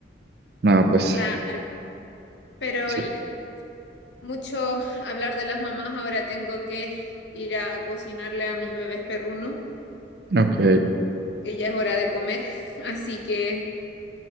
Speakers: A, on the right; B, on the left.
A: No, pues,
B: Claro, pero
A: sí.
B: ya, mucho hablar de las mamás, ahora tengo que ir a cocinarle a mis bebés perrunos,
A: Ok,
B: que ya es hora de comer, <laughs> así que